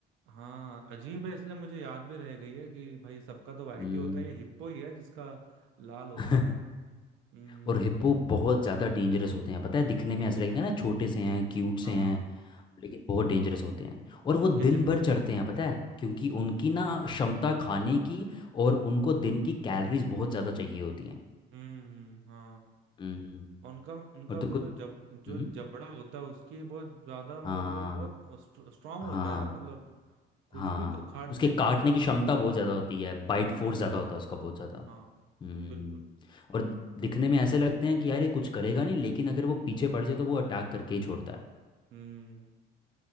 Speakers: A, on the right (about 80°); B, on the left (about 25°).
A: हाँ अजीब है इसलिए मुझे याद भी रह गई है कि भाई सबका तो वाइट
B: हम्म,
A: ही होता है ये हिप्पो ही है जिसका लाल होता
B: <laughs>
A: है हम्म
B: और हिप्पो बहुत ज़्यादा डेंजरस होते हैं पता है दिखने में ऐसा लगेगा ना छोटे से हैं क्यूट
A: हाँ
B: से हैं लेकिन बहुत डेंजरस होते हैं और वो
A: उनके
B: दिन
A: ज...
B: भर चढ़ते हैं पता है क्योंकि उनकी ना क्षमता खाने की और उनको दिन की कैलोरीज बहुत ज़्यादा चाहिए होती हैं
A: हम्म हाँ
B: हम्म,
A: उनका उनका
B: और तो
A: वो
B: कुछ
A: जो जब जो
B: हम्म,
A: जबड़ा होता है उसकी बहुत ज्यादा मतलब
B: हाँ
A: वो बहुत स्ट्रांग
B: हाँ
A: होता है यार मतलब कुछ
B: हाँ
A: भी तो उखाड़
B: उसके
A: फेंके
B: काटने
A: वो
B: की क्षमता बहुत ज़्यादा होती है बाइट
A: क्षमता
B: फोर्स
A: बहुत
B: ज़्यादा
A: ज्यादा
B: होता
A: होती
B: है उसका बहुत
A: है
B: ज़्यादा
A: हाँ
B: हम्म
A: बिल्कुल
B: और दिखने में ऐसे लगते हैं कि यार ये कुछ करेगा नहीं लेकिन अगर वो पीछे पड़ जाए तो वो अटैक करके ही छोड़ता है
A: हम्म